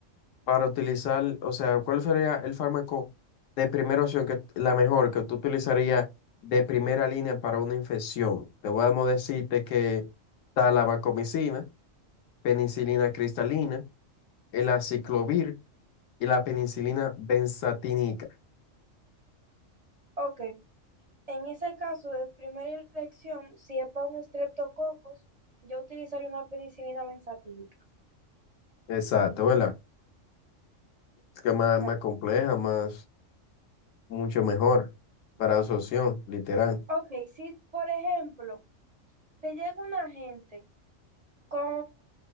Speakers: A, on the left (about 80°); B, on the right (about 45°).
A: para utilizar, o sea, cuál sería el fármaco de primera opción, que, la mejor que tú utilizarías de primera línea para una infección? Te voy a decirte que está la vancomicina, penicilina cristalina, el aciclovir y la penicilina benzatínica.
B: ok. En ese caso de primera elección, si es para un streptococos, yo utilizaría una penicilina benzatílica.
A: Exacto, ¿verdad? Es que más,
B: Claro.
A: más compleja, más... mucho mejor para absorción, literal.
B: Ok, si por ejemplo te llega una gente. con